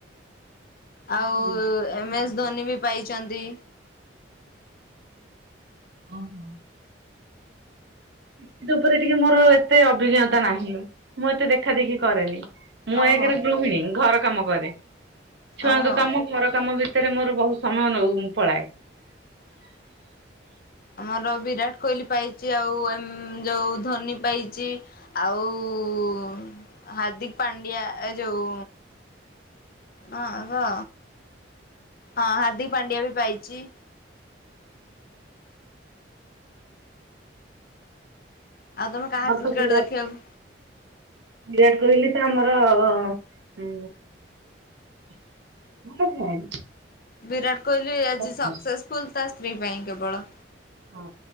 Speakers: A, on the left; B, on the right.
A: ଆଉ
B: କ୍ରିକେଟ
A: ଏମ୍ ଏସ୍ ଧୋନି ବି ପାଇଛନ୍ତି।
B: ହ ହ <unintelligible> ସେ ଉପରେ ଟିକେ ମୋର ଏତେ ଅଭିଜ୍ଞତା ନାହିଁ ମୁଁ ଏତେ ଦେଖା ଦେେଖି କରେନି। ମୁଁ
A: ଓହୋ
B: ଏକରେ ଗୃହିଣୀ ଘର କାମ କରେ। ଛୁଆଙ୍କ
A: ଓହୋ।
B: କାମ ଘର କାମ ଭିତରେ ମୋର ବହୁତ ସମୟ ନଉ ପଳାଏ। <unintelligible>
A: ଆମର ବିରାଟ କୋହଲି ପାଇଛି ଆଉ ଏ ଯୋଉଁ ଧୋନି ପାଇଛି। ଆଉ ଉ ହାର୍ଦ୍ଦିକ ପାଣ୍ଡିଆ ଏ ଯୋଉ। ହଁ ହଁ। ହଁ ହାର୍ଦ୍ଦିକ ପାଣ୍ଡିଆ ବି ପାଇଚି। ଆଉ ତମେ କାହା
B: ମର
A: କ୍ରିକେଟ
B: ତ ବିରାଟ,
A: ଦେଖିବାକୁ
B: ବିରାଟ କୋହଲି ତ ଆମର ଅ <unintelligible>
A: ବିରାଟ କୋହଲି
B: ଭଲ
A: ଆଜି
B: ଖେଳାଳି।
A: ସକ୍ସେସଫୁଲ ତା ସ୍ତ୍ରୀ ପାଇଁ କେବଳ।
B: ହଁ